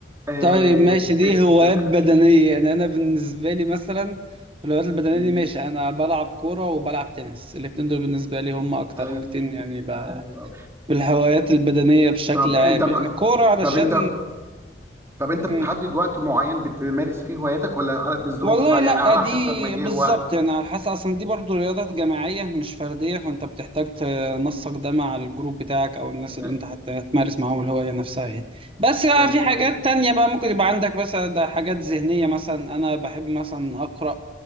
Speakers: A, on the right; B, on the right.
A: آه
B: طيب ماشي دي
A: استرخاء
B: هوايات بدنيه
A: شديد.
B: يعني انا بالنسبه لي مثلا في الهوايات البدنيه
A: مم.
B: دي ماشي انا بلعب كوره وبلعب تنس الاتنين دول بالنسبه لي هم اكتر
A: حلو
B: حاجتين يعني ب...
A: حلو أوي.
B: بالهوايات البدنيه بشكل
A: طب
B: عام
A: انت
B: يعني الكوره علشان
A: طب انت طب انت بتحدد
B: مم.
A: وقت معين بتمارس فيه هواياتك ولا على- بظروفها
B: والله لا
A: يعني على
B: دي
A: حسب ما جه
B: بالظبط
A: وقت
B: يعني على حسب اصلا دي برضو رياضات جماعية مش فردية فانت بتحتاج تنسق ده مع الجروب بتاعك او الناس اللي
A: آه،
B: انت حتى تمارس معاهم الهواية نفسها يعني بس بقى
A: تمام
B: في حاجات تانية بقى ممكن يبقى عندك مثلا ده حاجات ذهنية مثلا انا بحب مثلا اقرأ